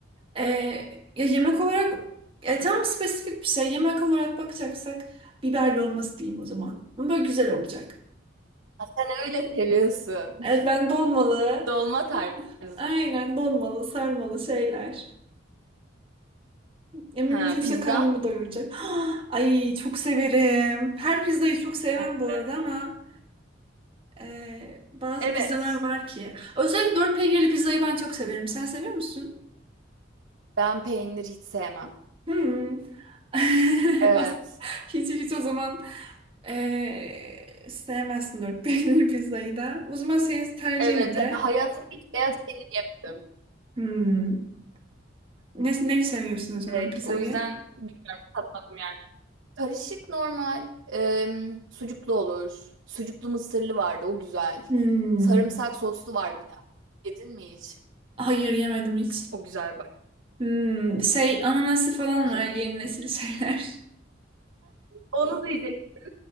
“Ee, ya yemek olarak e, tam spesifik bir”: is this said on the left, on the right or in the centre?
Right